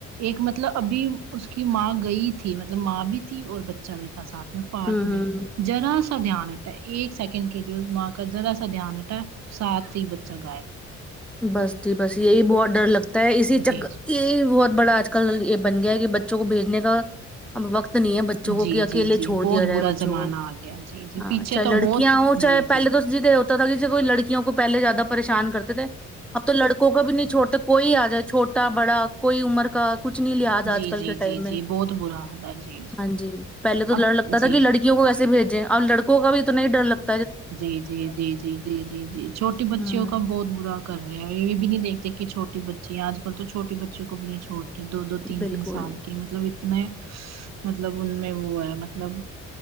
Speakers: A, on the right (about 60°); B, in the centre.
A: ایک مطلب ابھی اس کی ماں گئی تھی مطلب ماں بھی تھی اور بچہ بھی تھا ساتھ میں پارک
B: ہوں ہوں
A: میں ذرا سا دھیان ہٹا ہے ایک سیکنڈ کے لیے اس ماں کا ذرا سا دھیان ہٹا ساتھ ہی بچہ گیاب
B: بس جی بس یہی بہت ڈر لگتا ہے اسی چکر
A: جی جی
B: یہی بہت بڑا آج کل یے بن گیا ہے کی بچوں کو بھیجنے کا اب وقت نہیں ہے بچوں کو
A: جی
B: کی اکیلے
A: جی جی
B: چھوڑ
A: بہت
B: دیا جائے
A: برا
B: بچوں
A: زمانہ
B: کو
A: آ گیا جی جی
B: ہاں
A: پیچھے
B: چاہے لڑکیاں
A: تو بہت
B: ہوں چاہے
A: جی
B: پہلے تو جی یے ہوتا تھا کی جے کوئی لڑکیوں کو پہلے زیادہ پریشان کرتے تھے اب تو لڑکوں کو بھی نہیں چھوڑتے کوئی آ جائے چھوٹا بڑا کوئی عمر کا کچھ نہیں لہذ
A: جی
B: آج کل
A: جی
B: کے ٹائم
A: جی
B: میں
A: جی بہت برا حال ہے جی
B: ہاں جی پہلے تو
A: اب
B: ڈر لگتا تھا
A: جی
B: کی لڑ کیوں کو کیسے بھیجے اب لڑکوں کا بھی اتنا ہی ڈر لگ
A: جی جی جی جی جی جی جی چھوٹے بچیوں
B: ہوں
A: کا بہت برا کر رہے ہیں اور یے بھی نہیں دیکھتے کی چھوٹی بچی ہے آج کل تو چوٹی بچیوں کو بھی نہیں چھوڑ دو دو تین
B: بالکل
A: تین سال کہ مطلب اتنے مطلب ان میں وہ ہے مطلب